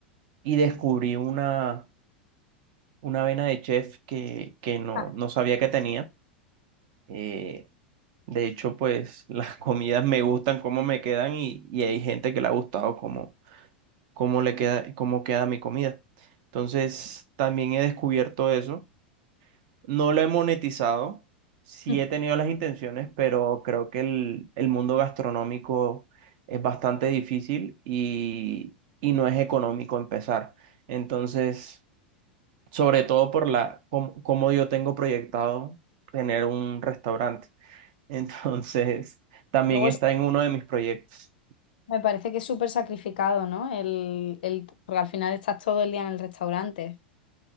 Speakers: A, on the right; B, on the left.
A: y descubrí una, una vena de chef que, que no,
B: Ah,
A: no sabía que tenía. Eh, de hecho, pues <laughs> las comidas me gustan cómo me quedan y, y hay gente que le ha gustado cómo, cómo le queda, cómo queda mi comida. Entonces, también he descubierto eso No lo he monetizado, sí
B: mm.
A: he tenido las intenciones, pero creo que el, el mundo gastronómico es bastante difícil y, y no es económico empezar. Entonces, sobre todo por la, cómo, cómo yo tengo proyectado tener un restaurante. <laughs> Entonces, también
B: Luego
A: está en uno de mis proyectos.
B: Me parece que es súper sacrificado, ¿no? El, el, porque al final estás todo el día en el restaurante.